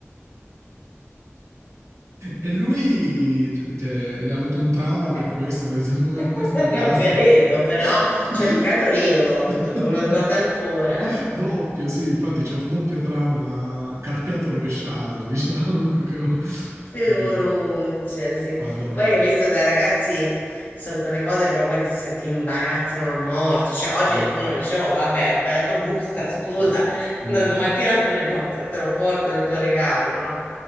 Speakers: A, on the right; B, on the left.
A: E lui, cioè, cioè, ha avuto un trauma
B: Eh,
A: per questo. cioè, Come
B: <laughs>
A: com'è stata
B: Non
A: la
B: credo,
A: storia?
B: però,
A: <laughs>
B: cioè, più che altro io l'ho avuto, perché me lo ricordo ancora.
A: Doppio, sì, infatti c'è un doppio trauma carpiato rovesciato, <laughs> diciamo. in qualche modo.
B: Figuruccia,
A: Sì,
B: sì.
A: vado.
B: Poi hai visto da ragazzi sono quelle cose proprio che se ti imbarazzano a morte. Cioè, oggi
A: Sì,
B: uno dice, oh, vabbè, ho sbagliato busta, <laughs> scusa,
A: sì, sì,
B: Da- domattina te ne porto, te lo porto
A: sì.
B: il tuo regalo, no?